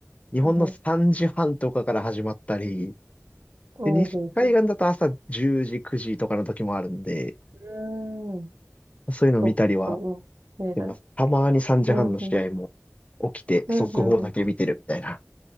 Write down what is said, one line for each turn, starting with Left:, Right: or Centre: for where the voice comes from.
Left: 日本の3時半とかから始まったり、
Right: うんうん。おうほうほう。
Left: で、西海岸だと朝10時、9時とかの時もあるんで、
Right: うーん。
Left: そういうの見たりは
Right: そっか、うん。見れたね。
Left: してます。たまに3時半の試合も
Right: うんうん。
Left: 起きて、
Right: うんうん
Left: 速報だけ見てるみたいな。